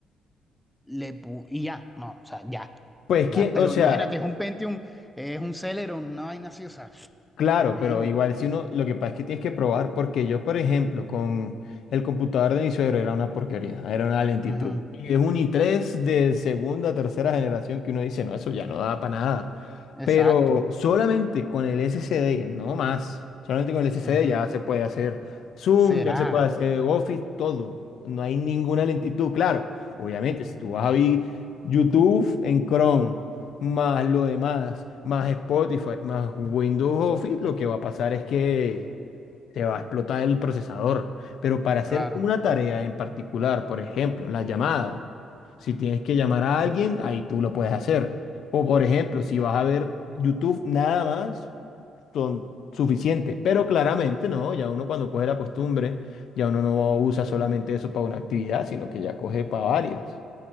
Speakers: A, in the centre; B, on the left (about 70°).
A: Le pu- y ya, no, o sea, ya,
B: Pues
A: ya.
B: que,
A: Pero
B: o sea,
A: imagínate, es un Pentium, es un Celeron, una vaina así, o sea, <sniffs>
B: Claro,
A: men.
B: pero igual si uno, lo que pasa es que tienes que probar, porque yo, por ejemplo, con el computador de mi suegro era una porquería, era una lentitud.
A: Ujú,
B: Y es un i3 de segunda, tercera generación que uno dice, no, eso ya no da para nada. Pero
A: Exacto.
B: solamente con el SSD, no más, solamente con el SSD
A: ujú.
B: ya se puede hacer Zoom,
A: Será,
B: ya se puede hacer Office, todo. No hay ninguna lentitud, claro. Obviamente, si tú vas a ver YouTube en Chrome, más lo demás, más Spotify, más Windows Office, lo que va a pasar es que se va a explotar el procesador. Pero para hacer
A: claro.
B: una tarea en particular, por ejemplo, la llamada, si tienes que llamar a alguien, ahí tú lo puedes hacer. O por ejemplo, si vas a ver YouTube nada más, son suficientes. Pero claramente no, ya uno cuando coge la costumbre, ya uno no usa solamente eso para una actividad, sino que ya coge para varias.